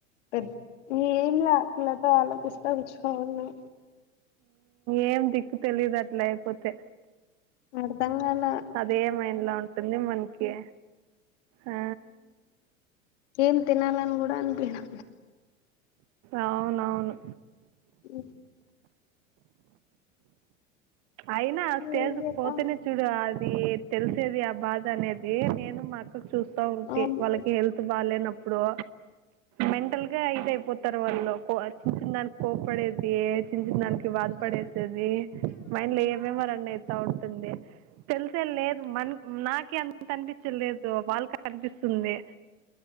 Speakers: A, on the left; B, on the right.
A: పెద్ద ఏం లా వీళ్ళతో ఆలోచిస్తా కూర్చున్నాం.
B: ఏం దిక్కు తెలీదు అట్లా అయిపోతే.
A: అర్థం కాలే
B: అదే మైండ్లో ఉంటుంది మనకి ఆ
A: ఏం తినాలని కూడా అనిపీయదు.
B: అవునవును.
A: ఉ
B: అయినా ఆ స్టేజ్
A: ఏం చేద్దాం
B: పోతేనే చూడు అది తెలిసేది ఆ బాధ అనేది. అదే నేను మా అక్కకి చూస్తా ఉంటి
A: అవును
B: వాళ్ళకి హెల్త్ బాలేనప్పుడు. మెంటల్ గా ఇది అయిపో తారు వాళ్లు. చిన్న దానికి కోపడేసి చిన్న చిన్న దానికి బాధ పడేసేసి మైండ్లో ఏమేమౌ రన్ అవుతా ఉంటుంది. తెల్సల్లేదు మన్ నాకి అంత అనిపించలేదు వాళ్ళకి అనిపిస్తుంది.